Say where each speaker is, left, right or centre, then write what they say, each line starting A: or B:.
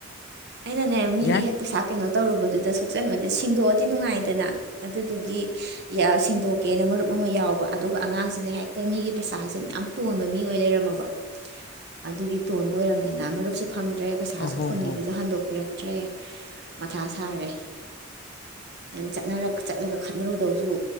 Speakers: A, on the right; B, on the left.
A: ꯑꯩꯅꯅꯦ ꯃꯤꯒꯤ
B: ꯌꯥꯏ
A: ꯍꯦꯛ ꯄꯩꯁꯥ ꯀꯩꯅꯣ ꯇꯧꯔꯨꯕꯗꯨꯗ ꯁꯣꯛꯆꯟꯕꯗꯨ ꯁꯦꯡꯗꯣꯛꯑꯗꯤ ꯅꯨꯡꯉꯥꯏꯗꯅ ꯑꯗꯨꯗꯨꯒꯤ ꯌꯥ ꯁꯤꯡꯗꯣꯛ ꯀꯦꯅ ꯃꯔꯨꯞ ꯑꯃ ꯌꯥꯎꯕ ꯑꯗꯨꯒ ꯑꯉꯥꯡꯁꯤꯅ ꯍꯦꯛꯇ ꯃꯤꯒꯤ ꯄꯩꯁꯥꯁꯦ ꯌꯥꯝ ꯇꯣꯟꯕ ꯃꯤ ꯑꯣꯏ ꯂꯩꯔꯝꯃꯕ ꯑꯗꯨꯒꯤ ꯇꯣꯟꯕ ꯑꯣꯏꯔꯝꯗꯅ ꯃꯔꯨꯞꯁꯨ ꯐꯪꯗ꯭ꯔꯦ ꯄꯩꯁꯥꯁꯨ
B: ꯑꯍꯣ
A: ꯐꯨꯟꯈꯤꯕꯁꯨ
B: ꯍꯣ
A: ꯍꯟꯗꯣꯛꯄꯤꯔꯛ ꯇ꯭ꯔꯦ ꯃꯊꯥ ꯁꯥꯔꯦ ꯑ ꯆꯠꯅꯔꯥ ꯆꯠꯂꯒ ꯈꯠꯅꯔꯨꯗꯧꯁꯨ